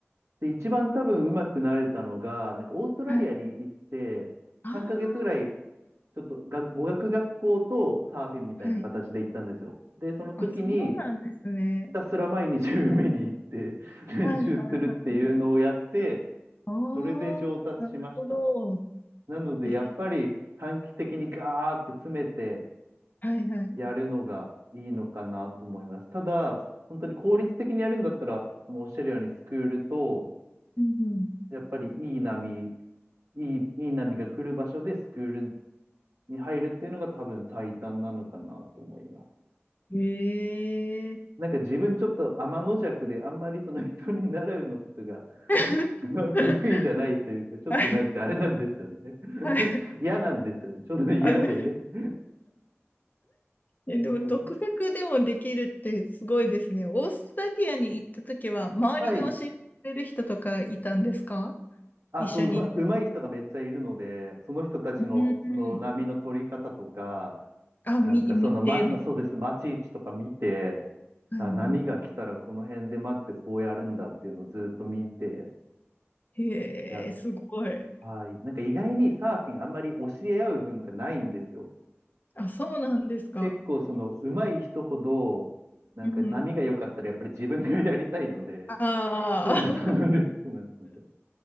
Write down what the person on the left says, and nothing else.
はい。あ
あ、はい。
あ、そうなんですね。
はいはいはいはい。あ
あ、なるほど。
え
はいはい。
うん
うん。ええ
<laughs>
はい。はい。
あの、
えでも独学でもできるってすごいですね。
オーストラリアに行った時は、周りに教えてくれる人とかいたんですか
一緒に。
うんあ、み、
見て。
は
いは
い。へえ、
すごい。
あ、そうなんですか。
うんうん。ああ、